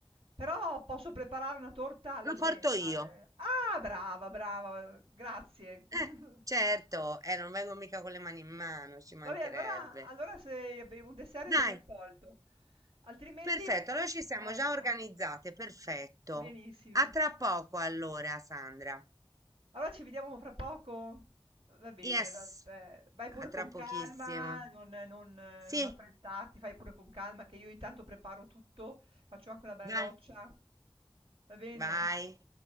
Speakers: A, on the right; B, on the right.
A: Però posso preparare una torta alla
B: Lo
A: svelta,
B: porto io.
A: eh. Ah, brava, brava, grazie. <laughs>
B: Eh, certo, eh, non vengo mica con le mani in mano, ci mancherebbe.
A: Vabbè, allora, allora se un dessert è
B: Dai,
A: ben accolto, altrimenti,
B: perfetto, allora ci siamo
A: ecco,
B: già organizzate, perfetto.
A: benissimo.
B: A tra poco allora, Sandra.
A: Allora ci vediamo fra poco? Va bene,
B: Yes,
A: va beh, vai pure
B: a tra
A: con calma,
B: pochissimo.
A: non non eh,
B: Sì,
A: non affrettarti, fai pure con calma che io intanto preparo tutto, faccio anche una bella
B: dai.
A: doccia. Va bene?
B: Vai,